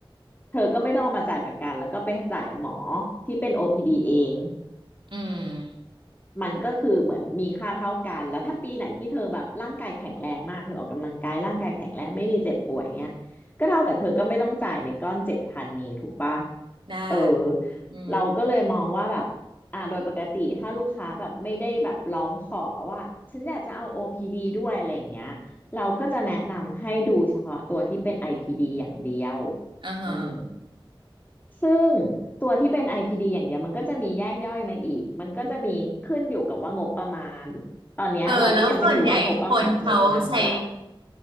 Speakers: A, on the left; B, on the right.
A: เธอก็ไม่ต้องเอามาจ่ายประกันแล้วก็ไปจ่ายหมอที่เป็น OPD เอง
B: อืม
A: มันก็คือเหมือนมีค่าเท่ากันแล้วถ้าปีไหนที่เธอแบบร่างกายแข็งแรงมากเธอออกกำลังกายร่างกายแข็งแรงไม่มีเจ็บป่วยเงี้ยก็เท่ากับเธอก็ไม่ต้องจ่ายในก้อนเจ็ดพันนี้ถูกปะ
B: ได้
A: เออ
B: อืม
A: เราก็เลยมองว่าแบบอ่าโดยปกติถ้าลูกค้าแบบไม่ได้แบบร้องขอว่าฉันอยากจะเอา OPD ดด้วยอะไรอย่างเงี้ยเราก็จะแนะนำให้ดูเฉพาะตัวที่เป็น IPD อพีดีอย่างเดียว
B: อ่าฮะ
A: อืม ซึ่งตัวที่เป็น IPD อพีดีอย่างเดียวมันก็จะมีแยกย่อยมาอีก มันก็จะมีขึ้นอยู่กับว่างบประมาณตอนเนี้ยเราก็ยังไม่รู้ว่างบประมาณเธอประมาณเท่าไหร่
B: เออแล้วส่วนใหญ่คนเขาใช้